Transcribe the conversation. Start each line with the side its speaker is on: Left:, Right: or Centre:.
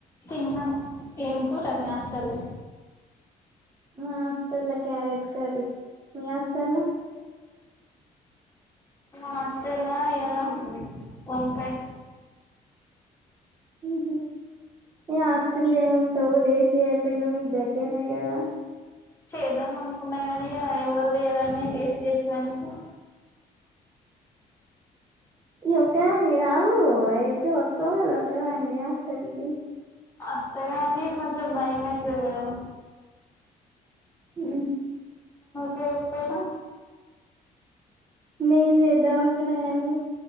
Left: న్న ఏం కూడాట మీ ఆస్తలు
Right: మా అష్టలా క్యారెట్ కర్రీ న అష్టల్
Left: అస్తేలా ఎలా ఓంకాయ
Right: హ న హాస్టల్ ఏమింటావు దేశీ అయిపోయినావు మీకు దగ్గరనే కదా
Left: చేద్దాం అనుకున్నా కాని ఎవరు లేరాని డేస్ చేసేదానికి
Right: ఈ ఒక్కదాని రాహ ఎట్ వత్తద ఒకక్కదాని హాస్టల్ కి
Left: అత్తగాని కొంచెం భయం అవుతుంది కదా
Right: ఆ
Left: చెప్పేనా
Right: నేను చేద్దాం అంటకున్నా కాగానీ